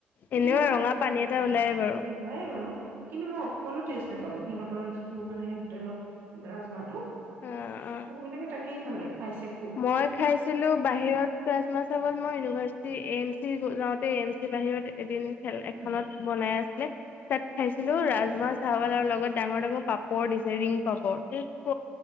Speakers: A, on the left; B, on the right.
A: এনেও
B: কিন্তু
A: ৰঙা পানী এটা ওলাই বাৰু
B: ওলাই বাৰু। কিন্তু মই অকণো টেষ্ট নাপালোঁ, সিহঁতৰ যিটো মানে হোটেলত ৰাজমাহটো।
A: অ অ
B: মানুহবিলাকে তাকেই খালে। খাইছে খুব
A: মই খাইছিলো বাহিৰত ৰাজমা চাওল মই ইউনিভাৰ্চিটি এম চি যাওঁতে এম চি বাহিৰত এদিন খেল এখনত
B: উম
A: বনাই আছ তাত খাইছিলো ৰাজমাহ চউল আৰু লগত ডাঙৰ - ডাঙৰ পাপৰ দিছে ৰিং পাপৰ। ক